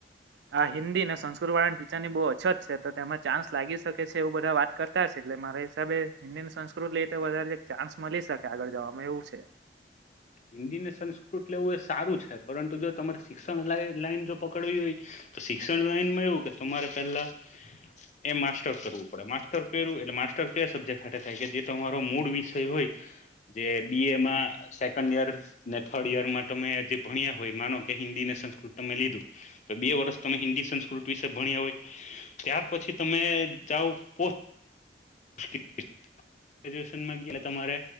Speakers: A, on the right; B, on the left.
A: હા હિન્દી ને સંસ્કૃત વાળાની ટીચરની બહુ અછત છે તો તેમાં ચાન્સ લાગી શકે છે એવું બધા વાત કરતા છે. એટલે મારા હિસાબે હિન્દી સંસ્કૃત લઈ તો વધારે ચાન્સ મળી શકે આગળ જવામાં એવું છે.
B: હિન્દી ને સંસ્કૃત લેવું એ સારું છે પરંતુ જો તમારે શિક્ષણ લાઈન જો પકડવી હોય તો શિક્ષણ લાઈનમાં એવું કે તમારે પેલા. એમ માસ્ટર કરવું પડે માસ્ટર કર્યું એટલે માસ્ટર કયા સબ્જેક્ટ હા થાય કે જે તમારો મૂળ વિષય હોય જે બી એમાં ર ને થર્ડ યરમાં તમે જે ભણ્યા હોય માનો કે હિન્દી ને સંસ્કૃત તમે લીધું, તો બે વર્ષ તમે હિન્દી સંસ્કૃત વિશે ભણ્યા હોય, ત્યાર પછી તમે જાઓ પો હ <unintelligible> ગજ્યુએશનમાં ગયા તમારે,